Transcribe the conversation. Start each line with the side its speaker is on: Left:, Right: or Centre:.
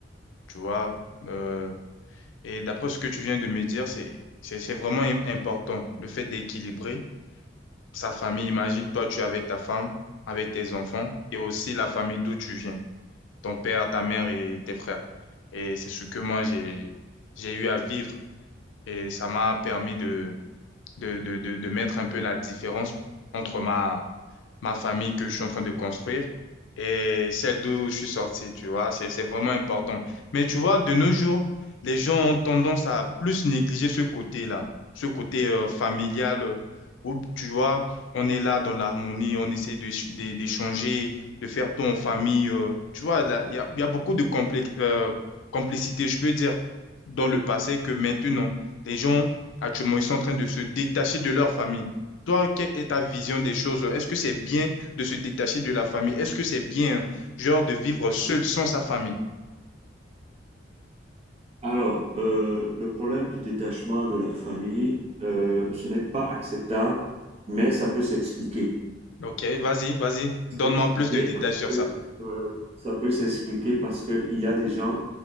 Left: Tu vois. euh, et d'après ce que tu viens de me dire, c'est c'est c'est vraiment im- important le fait d'équilibrer. sa famille. Imagine, toi, tu es avec ta femme, avec tes enfants et aussi la famille d'où tu viens, ton père, ta mère et tes frères. Et c'est ce que moi, j'ai, j'ai eu à vivre et ça m'a permis de, de, de, de, de mettre un peu la différence entre ma, ma famille que je suis en train de construire et celle d'où je suis sorti, tu vois, c'est, c'est vraiment important. Mais tu vois, de nos jours, les gens ont tendance à plus négliger ce côté-là, ce côté euh, familial euh, où, tu vois, on est là dans l'harmonie, on essaie de, de- d'échanger, de faire tout en famille. euh. tu vois, là, il y a, il y a beaucoup de complé- euh, complicité, je peux dire, dans le passé que maintenant, les gens, actuellement, ils sont en train de se détacher de leur famille. Toi, quelle est ta vision des choses? Est-ce que c'est bien de se détacher de la famille? Est-ce que c'est bien, euh, genre, de vivre seul sans sa famille?
Right: Alors, euh, le problème du détachement de la famille, euh, ce n'est pas acceptable, mais ça peut s'expliquer.
Left: Ok, vas-y, vas-y.
Right: Ça
Left: Donne-moi
Right: peut s'expliquer
Left: plus de détails
Right: parce
Left: sur
Right: que,
Left: ça.
Right: euh, ça peut s'expliquer parce qu'il y a des gens,